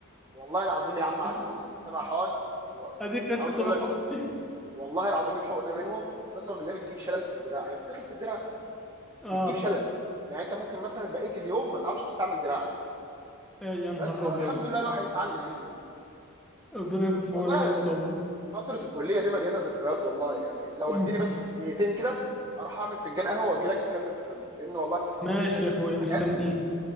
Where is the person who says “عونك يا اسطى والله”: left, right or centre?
Centre